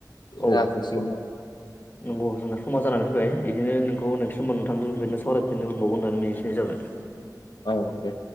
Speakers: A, on the left; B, on the left.
A: ओ
B: औ
A: जाथसिगोनदां।
B: नंगौ जोंना समा जानानै फैबाय बिदिनो नोंखौ नेक्स्ट समाव नोंथांदों बेफोरबायदिनो सावरायफिनो मोनबावगोन होननानै मिजिंथिनाय जाबाय।
A: औ दे।